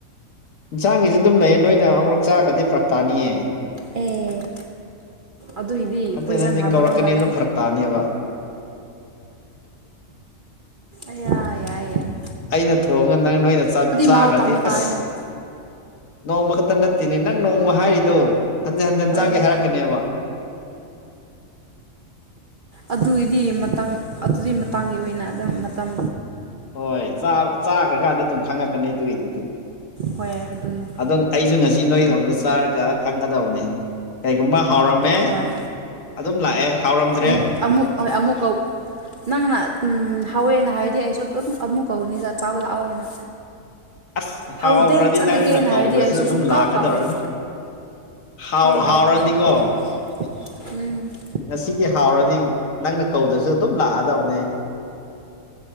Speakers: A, on the left; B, on the right.
A: ꯌꯦꯟꯁꯥꯡꯒꯤꯁꯨ ꯑꯗꯨꯝ ꯂꯩꯌꯦ ꯅꯣꯏꯅ ꯑꯃꯨꯛ ꯆꯥꯈꯗꯤ ꯐꯔꯛ ꯇꯥꯅꯤꯌꯦ꯫
B: ꯑꯦ ꯑꯗꯨꯏꯗꯤ
A: ꯍꯟꯖꯤꯟ
B: ꯄꯣꯏꯖꯟ
A: ꯍꯟꯖꯤꯟ
B: ꯍꯥꯞꯀꯗꯧ
A: ꯀꯧꯔꯛꯀꯅꯤ
B: ꯃꯥꯜꯂꯦ꯫
A: ꯑꯗꯨ ꯐꯔꯛ ꯇꯥꯅꯦꯕ
B: ꯑꯌꯥ ꯌꯥꯏ-ꯌꯥꯏ꯫
A: ꯑꯩꯅ ꯊꯣꯡꯉꯒ ꯅꯪ ꯅꯣꯏꯅ ꯆꯥꯈ꯭ꯔꯗꯤ
B: ꯃꯍꯥꯎ ꯇꯝꯕ ꯇꯥꯔꯦꯅꯦ
A: ꯑꯁ꯫ ꯅꯣꯡꯃ ꯈꯛꯇ ꯅꯠꯇꯦꯅꯦ ꯅꯪ ꯅꯣꯡꯃ ꯍꯥꯏꯔꯤꯗꯣ ꯍꯟꯖꯟ ꯍꯟꯖꯟ ꯆꯥꯒꯦ
B: ꯑꯥ
A: ꯍꯥꯏꯔꯛꯀꯅꯦꯕ꯫
B: ꯑꯗꯨꯏꯗꯤ ꯃꯇꯝ ꯑꯗꯨꯒꯤ ꯃꯇꯥꯡꯒꯤ ꯑꯣꯏꯅ ꯑꯗꯨꯝ ꯃꯇꯝ
A: ꯍꯣꯏ ꯆꯥ ꯆꯥꯈ꯭ꯔꯀꯥꯟꯗ ꯑꯗꯨꯝ ꯈꯪꯉꯛꯀꯅꯤ ꯑꯗꯨꯒꯤꯗꯨꯗꯤ꯫
B: ꯍꯣꯏ ꯑꯗꯨꯅꯦ
A: ꯑꯗꯣ ꯑꯩꯁꯨ ꯉꯁꯤ ꯅꯣꯏꯔꯣꯝꯗ ꯆꯥꯔꯒ ꯈꯪꯒꯗꯕꯅꯤ ꯀꯩꯒꯨꯝꯕ ꯍꯥꯎꯔꯝꯃꯦ
B: ꯍꯣꯏ
A: ꯑꯗꯨꯝ ꯂꯥꯛꯑꯦ ꯍꯥꯎꯔꯝꯗ꯭ꯔꯦ
B: ꯑꯃꯨꯛ ꯑꯃꯨ ꯍꯣꯏ ꯑꯃꯨꯛꯀ ꯅꯪꯅ ꯎꯝ ꯍꯥꯎꯋꯦꯅ ꯍꯥꯏꯗꯤ ꯑꯩꯁꯨ ꯑꯗꯨꯝ ꯑꯃꯨꯛ ꯀꯧꯅꯤꯗ ꯆꯥꯕ ꯂꯥꯛꯑꯣ ꯍꯥꯏꯅ꯫
A: ꯑꯁ
B: ꯍꯧꯗꯦ
A: ꯍꯥꯎꯈ꯭ꯔꯗꯤ
B: ꯆꯠꯂꯒꯦꯅ
A: ꯅꯪꯅ ꯀꯧꯗ꯭ꯔꯁꯨ
B: ꯍꯥꯏꯔꯗꯤ ꯑꯩꯁꯨ
A: ꯑꯗꯨꯝ
B: ꯁꯨꯡꯀꯥꯎ
A: ꯂꯥꯛꯀꯗꯧꯔꯅꯤ꯫
B: ꯀꯥꯎꯔꯣꯏ
A: ꯍꯥꯎ
B: ꯍꯣꯏ ꯌꯥꯏ
A: ꯍꯥꯎꯔꯗꯤ
B: ꯑꯗꯨꯁꯨ
A: ꯀꯣ
B: <unintelligible>
A: ꯉꯁꯤꯒꯤ ꯍꯥꯎꯔꯗꯤ ꯅꯪꯅ ꯀꯧꯗ꯭ꯔꯁꯨ ꯑꯗꯨꯝ ꯂꯥꯛꯑꯗꯕꯅꯦ ꯑꯩ꯫